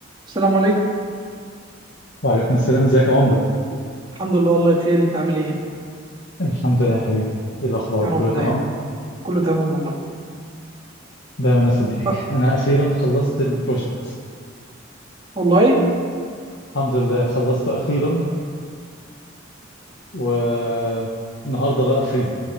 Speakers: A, on the right; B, on the left.
A: السلام عليكم
B: وعليكم السلام ازيك يا عمدة
A: الحمد لله والله بخير انت عامل ايه
B: الحمد لله يا حبيبي ايه الاخبار
A: يا رب
B: كله
A: دايما
B: تمام
A: كله تمام والله
B: دايما يا صديقي
A: بقى
B: انا اخيرا خلصت البروجكت
A: والله
B: الحمد لله خلصته اخيرا والنهارده بقى فري